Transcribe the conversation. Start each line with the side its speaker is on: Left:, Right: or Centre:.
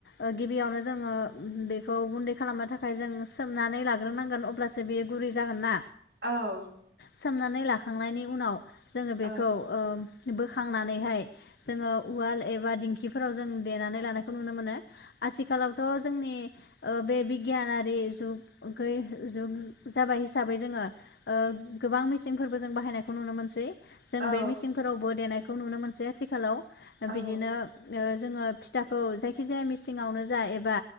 Left: ओ गिबियावनो जोङो बेखौ गुन्दै खालामनो थाखाय जों सोमनानै लाग्रोनांगोन अब्लासो बेयो गुरै जागोन ना।
Right: औ।
Left: सोमनानै लाखांनायनि उनाव जोङो बेखौ
Right: औ
Left: ओम बोखांनानैहाय जोङो उवाल एबा दिंखिफोराव जों देनानै लानायखौ नुनो मोनो। आथिखालावथ' जोंनि ओ बे बिगियानारि जुग गै जुग जाबाय हिसाबै जोङो ओ गोबां मेसिनफोरबो जों बाहायनायखौ नुनो मोनसै जों
Right: औ
Left: बे मिसिनफोरावबो देनाय खौ नुनो मोनसै आथिखालाव नो
Right: औ
Left: बिदिनो ओ जोङो फिथाखौ जायखिजाया मेसिङावनो जा एबा